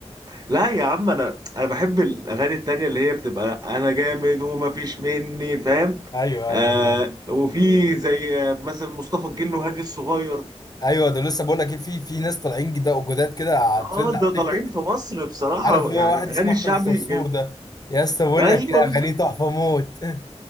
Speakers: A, on the right; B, on the left.
A: لا يا عم انا انا بحب الاغاني التانية اللي هي بتبقى انا جامد ومفيش مني فاهم
B: <laughs> ايوه
A: آه
B: ايوه فاهم
A: وفي زي آه، مثلا مصطفى الجن وهادي الصغير
B: ايوه ده لسه بقول لك ايه في في ناس طالعين جدا جداد كده على
A: اه
B: ترند على
A: ده
B: التيك
A: طالعين
B: توك
A: في مصر بصراحة
B: عارف اللي
A: يعني
B: هو واحد
A: الاغاني
B: اسمه احمد
A: الشعبي
B: الصرصور
A: جم...
B: ده يا اسطى بقول
A: ايوه
B: لك يا
A: بالظبط
B: اغانيه تحفه موت <laughs>